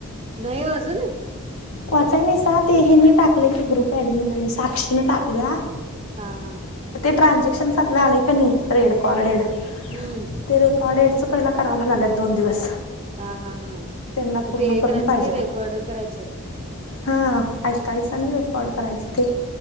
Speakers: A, on the right (about 25°); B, on the left (about 75°).
A: नाही कज ना
B: वाचाय नाही सा ते हे मी टाकले की ग्रुप ऍडमिननी साक्षीने टाकल्या
A: हा हा
B: ट्रान्झॅक्शनस आपलं आले क का नाही रेड कॉरडेड
A: हम्म हम्म
B: ते रे कॉडेडचं पहिला कारा म्हणा आल्यात दोन दिवस
A: हा हा हा
B: त्यांना पूर्ण
A: ते हे
B: करून
A: करायच
B: पाहिजेल
A: करेक वाड करायचं
B: हा ऐकायचं आणि रेकॉर्ड करायचं ते